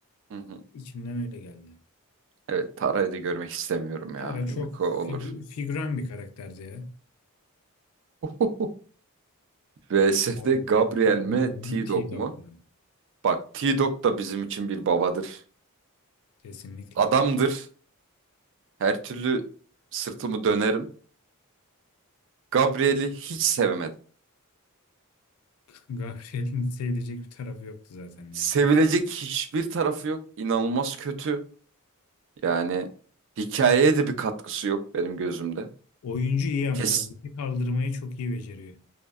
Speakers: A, on the right; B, on the left.
A: Hı hı.
B: içimden öyle geldi.
A: Evet Tara'yı da görmek istemiyorum
B: Tara
A: ya.
B: çok
A: Yumiko
B: fig-
A: olur.
B: figüran bir karakterdi ya.
A: <laughs> VS'de
B: Gabriel'in
A: Gabriel
B: Gabriel'in
A: mi T-Dog
B: T-Dog'un.
A: mu? Bak T-Dog da bizim için bir babadır.
B: Kesinlikle.
A: Adamdır. Her türlü sırtımı dönerim. Gabriel'i hiç sevemedim.
B: Gabriel'in sevilecek bir tarafı yoktu zaten ya.
A: Sevilecek hiçbir tarafı yok. İnanılmaz kötü. Yani hikayeye de bir katkısı yok benim gözümde.
B: Oyuncu iyi ama
A: Kes.
B: o bizi kaldırmayı çok iyi beceriyor.